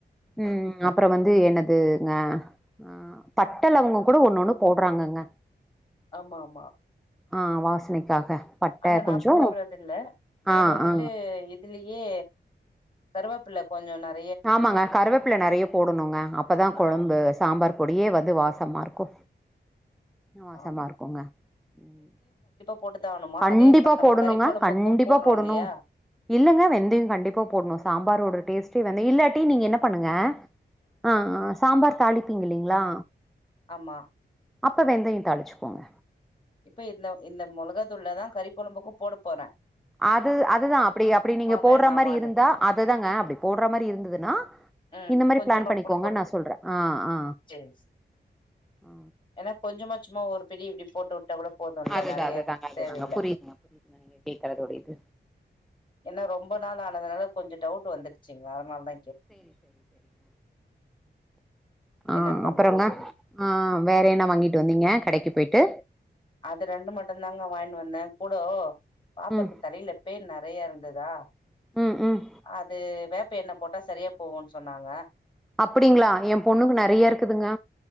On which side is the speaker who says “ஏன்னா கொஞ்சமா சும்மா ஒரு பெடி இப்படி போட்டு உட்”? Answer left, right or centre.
Left